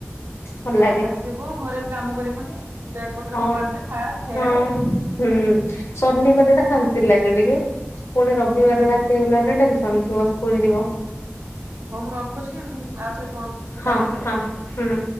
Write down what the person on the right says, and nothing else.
ଆସିବୁ ଘରେ ବି କାମ କରିବୁନି ବେଗ ପତ୍ର
ଫୋପାଡି ଦେ ଖା ଖେଳେ।
ହଁ
ହୋଉ ମୁଁ ରଖୁଚି। ଆଉ ଥରେ କଲ ମୋଥି
କାଟିବି ଆଉ।